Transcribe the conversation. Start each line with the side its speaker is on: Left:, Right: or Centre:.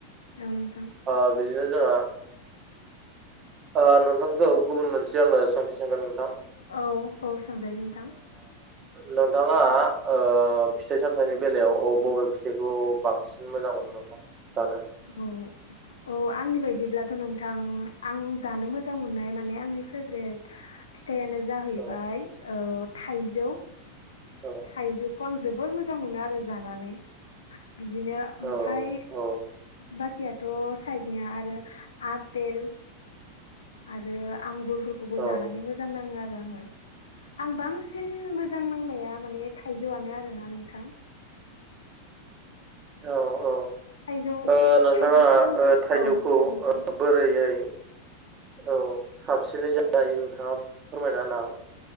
Left: औ नोंथां
Right: आ बिदिनो जोंहा नोंथांखौ गुबुन मोनसे आङो सोंथि सोंगोन नोंथां ।
Left: औ औ सोंजायो नोंथां ।
Right: नोंथाङा ओ फिथाइ सामथाइनि बेलायाव अ बबे जेग' बांसिन मोजां मोनो नोंथां? जानो
Left: औ औ आंनि बायदि बिदिब्लाथ' नोंथां आं जानो मोजां मोननाय माने आंनि फेभरेट फिथायानो जाहैबाय
Right: औ
Left: औ थाइजौ
Right: औ औ
Left: थाइजौखौ आं जोबोर मोजां मोनो आरो जानानै। बिदिनो ओमफाय
Right: औ औ
Left: बा खिथियाथ' साइदनिया आरो आपेल आरो आंगुर बो
Right: औ
Left: जान्नानै मोजां नाङो आरो आंङो आं बांसिन मोजां नांया माने थाइजौआनो आरोना नोंथां।
Right: औ औ
Left: थाइजौ
Right: ओ नोंथाङा
Left: थाइजौखौ आं
Right: ओ थाइजौखौ
Left: औ नोंथां
Right: बोरैयै औ साबसिनै जायो नोंथाङा फोरमायना होना